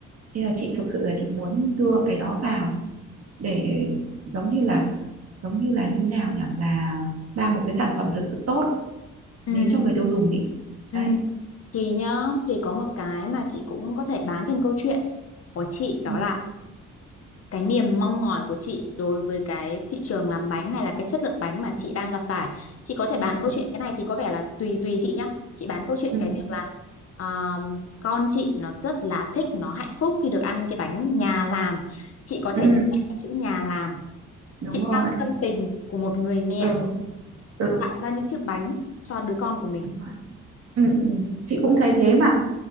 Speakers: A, on the right; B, on the left.
A: nên là chị thực sự là chị muốn đưa cái đó vào để giống như là giống như là như nào nhỉ là mang một cái sản phẩm thực sự tốt
B: ừ
A: đến cho người tiêu dùng ý
B: ừ
A: đấy
B: thì nhá thì có một cái mà chị cũng có thể bán thêm câu chuyện của chị đó
A: ừ.
B: là cái niềm mong mỏi của chị đối với cái thị trường làm bánh hay là cái chất lượng bánh mà chị đang gặp phải chị có thể bán câu
A: Ừ.
B: chuyện cái này thì có vẻ là tùy tùy chị nhá chị bán câu chuyện
A: Ừ.
B: cái việc là ờ, con chị nó rất là thích nó hạnh phúc khi được ăn cái bánh nhà làm chị có thể
A: Ừ.
B: nhấn mạnh vào chữ nhà làm
A: đúng
B: chị
A: rồi
B: mang tâm tình của một người mẹ
A: từ từ
B: tạo ra những chiếc bánh cho đứa con của mình
A: đúng Ừ, ừ. Chị cũng thấy thế mà